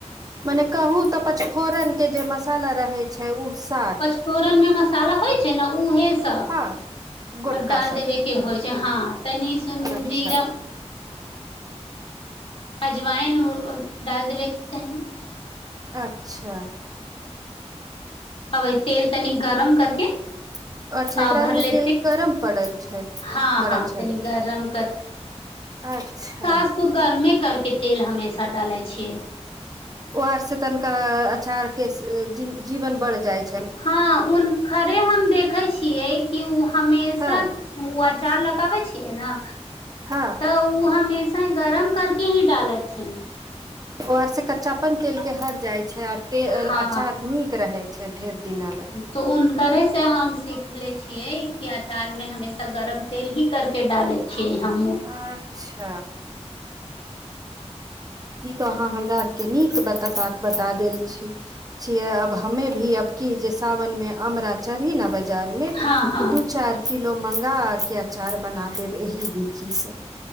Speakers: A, on the right; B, on the left.
A: तने कहू तऽ पचफोरन के जे मसाला रहय छैय ओ सार
B: फोरन मे मसाला होय छैय ने उहे सब
A: हँ गोटका
B: आ डाल
A: सब
B: देबय के होय छैय हँ तनी सन
A: अच्छा
B: जीरा अजवायन अ डाल देबैक चाही
A: अच्छऽ
B: अबै तेल तनी गरम करके
A: <unintelligible> अच्छऽ
B: पाव
A: एकरा
B: भरले
A: आर मे तेल गरम पड़ल छैय
B: हँ
A: पड़
B: हँ तनी
A: छैय
B: गरम
A: अच्छ
B: त गर्मे करके तेल हमेशा डालय छियै
A: ओ आर से तनिका अछार के जीवन बढ़ जाय छैय
B: हँ उनकरे हम देखय छियै कि ओ हमेशा
A: हँ
B: हमुँ अचार लऽ के आबै छियै ने
A: हँ
B: तऽ उ हमेशा गरम करके ही डालय छैय
A: ओ आर सँ कच्चापन तेल के हट जाय छय ते
B: हँ
A: अचार नीक रहे छैय ढेर दिना ला
B: तो उनकरे से हम सीखले छियै की अचार मे हमेशा गरम तेल ही कर के डालय <unintelligible>
A: अच्छ ई तो अहाँ हमरा आर के नीक बता बात बता देल छी छियै अब हमे भी अब की जे सावन मे अमरा चढ़ी न बाजार मे
B: हँ
A: तऽ
B: हँ
A: दू चार किलो मंगा के अचार बना देब एहि विधि से